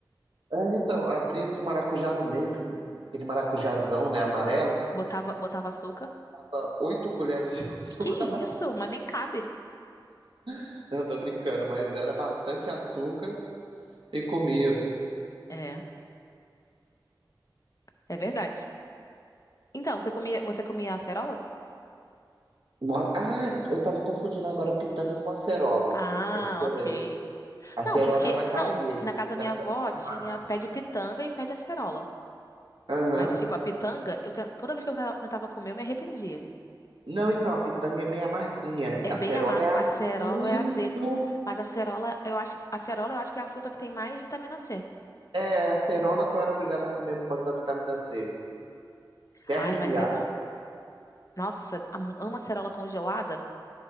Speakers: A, on the right; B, on the left.
A: É, então, abria-se o maracujá no meio, aquele maracujazão, né, amarelo.
B: Botava, botava açúcar.
A: Tava Oito colheres de açúcar.
B: Que isso? Mas nem cabe.
A: <laughs> Eu tô brincando, mas era bastante açúcar e comia.
B: É, é verdade. Então, você comia, você comia acerola?
A: Nossa, ah, eu tava confundindo agora pitanga com acerola.
B: Ah,
A: É diferente.
B: ok.
A: A Acerola
B: Não, porque,
A: é mais
B: não,
A: azedo,
B: na casa da minha
A: pitanga
B: avó
A: é mais amarga.
B: tinha pé de pitanga e pé de acerola.
A: Aham.
B: Mas, tipo, a pitanga, eu, ten- toda vez que eu tava- tentava comer, eu me arrependia.
A: Não, então, a pitanga é meio amarguinha.
B: É
A: A
B: bem
A: Acerola
B: amargo.
A: é azedo.
B: Acerola é azedo. Mas acerola, eu acho, que- acerola, eu acho que é a fruta que tem mais vitamina C.
A: É, a acerola que eu era obrigado a comer por causa da vitamina C. Até
B: Ai,
A: arrepiar.
B: mas é bom. Nossa, am- amo acerola congelada.